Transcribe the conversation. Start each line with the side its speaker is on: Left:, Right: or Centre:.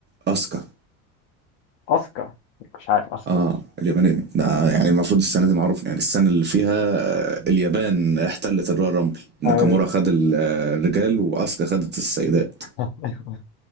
Right: أسكا
Left: اسكا مش عارف اسكا
Right: اه اليابانية ده يعني المفروض السنة دي معروف يعني السنة اللي فيها آه، اليابان احتلت الرويال رامبل ناكامورا
Left: ايوه
Right: خد ال- آه، الرجال وأسكا خدت السيدات
Left: <laughs>